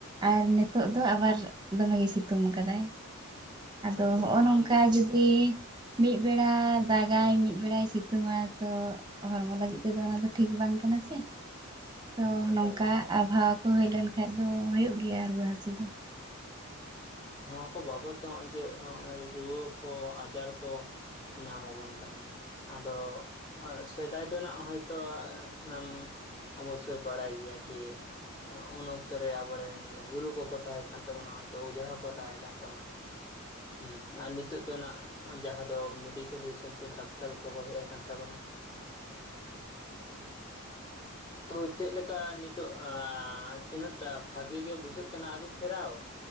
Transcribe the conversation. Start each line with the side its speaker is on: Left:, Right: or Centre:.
Right: ᱟᱨ, ᱱᱤᱛᱚᱜ ᱫᱚ, ᱟᱵᱟᱨ ᱫᱚᱢᱜᱮᱭ, ᱥᱤᱛᱩᱝ ᱟᱠᱟᱫᱟᱭ ᱾ ᱟᱫᱚ,
Left: ᱟᱞᱮ ᱥᱮᱫ
Right: ᱦᱚᱜᱼᱚᱭ
Left: ᱱᱚᱣᱟ
Right: ᱱᱚᱝᱠᱟ
Left: ᱢᱤᱫ
Right: ᱡᱩᱫᱤ? ᱢᱤᱫ ᱵᱮᱲᱟ ᱫᱟᱜᱟᱭ, ᱢᱤᱫ ᱵᱮᱲᱟᱭ ᱥᱤᱛᱩᱝᱟᱭ, ᱛᱚ ᱦᱚᱲᱢᱚ ᱞᱟᱹᱜᱤᱫ ᱛᱮᱫᱚ, ᱚᱱᱟ ᱫᱚ ᱴᱷᱤᱠ ᱵᱟᱝ ᱠᱟᱱᱟ ᱥᱮ ᱾ ᱛᱚ,
Left: ᱮᱠᱟᱞ
Right: ᱱᱚᱝᱠᱟ
Left: ᱮᱠᱟᱞ
Right: ᱟᱵᱚᱦᱟᱣᱟ ᱠᱚ, ᱦᱩᱭ ᱞᱮᱱ ᱠᱷᱟᱱᱡ ᱫᱚ, ᱦᱩᱭᱩᱜ ᱜᱮᱭᱟ ᱨᱩᱣᱟᱹ ᱦᱟᱹᱥᱩ ᱫᱚ ᱾
Left: ᱱᱚᱣᱟ ᱠᱚ, ᱵᱟᱵᱚᱫ ᱛᱮ, ᱱᱚᱜᱼᱚᱭ ᱡᱮ, ᱨᱩᱣᱟᱹ ᱠᱚ, ᱟᱡᱟᱨ ᱠᱚ, ᱧᱟᱢ ᱟᱵᱚᱱ ᱠᱟᱱᱟ ᱾ ᱟᱫᱚ, ᱚᱼᱜ ᱥᱮᱫᱟᱭ ᱫᱚ ᱦᱟᱸᱜ, ᱦᱳᱭ ᱛᱳ, ᱦᱢ ᱚᱵᱚᱥᱥᱳ, ᱵᱟᱲᱟᱭ ᱜᱮᱭᱟ, ᱡᱮ ᱩᱱ ᱚᱠᱛᱚ ᱨᱮ, ᱟᱵᱚᱨᱮᱱ, ᱜᱩᱨᱩ ᱠᱚᱠᱚ ᱛᱟᱦᱮᱸ ᱠᱟᱱ ᱛᱟᱵᱚᱱᱟ ᱛᱚ, ᱚᱡᱷᱟ ᱠᱚ, ᱛᱮᱦᱮᱸ ᱠᱟᱱ ᱛᱟᱵᱚᱱᱟ ᱾ ᱦᱮᱸ, ᱟᱨ ᱱᱤᱛᱚᱜ ᱫᱚ ᱱᱟᱜ, ᱡᱟᱦᱟᱸ ᱫᱚ ᱢᱮᱰᱤᱠᱮᱞ ᱦᱤᱥᱟᱹᱵ ᱛᱮ, ᱰᱟᱠᱛᱟᱨ ᱠᱚᱠᱚ, ᱦᱮᱡ ᱟᱠᱟᱱ ᱛᱟᱵᱚᱱᱟ ᱾ <inaudible> <unintelligible> ᱛᱚ, ᱪᱮᱫᱮ ᱞᱮᱠᱟ ᱱᱤᱛᱚᱜ, ᱛᱤᱱᱟᱹᱜ ᱴᱟᱜ, ᱵᱷᱟᱜᱤ ᱜᱮ ᱵᱩᱡᱷᱟᱹᱜ ᱠᱟᱱᱟ, ᱟᱹᱨᱩ ᱯᱷᱮᱨᱟᱣ ᱾